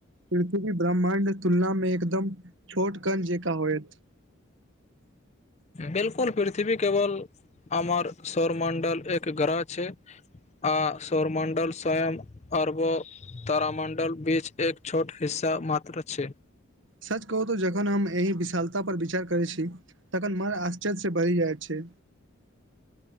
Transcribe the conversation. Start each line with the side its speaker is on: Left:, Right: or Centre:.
Right: पृथ्वी ब्रह्म- -माण्ड तुलना मे एकदम छोट कन जेका होयत
Left: बिल्कुल पृथ्वी केवल हमर सौर मण्डल एक ग्रह छै आ सौरमण्डल स्वयं आरबो तरामण्डल बीच एक छोट हिस्सा मात्र छै
Right: सच कहू तऽ जखन हम एहि विशालता पर विचार करै छी तखन मन आश्चर्यसँ भरि जाइ छै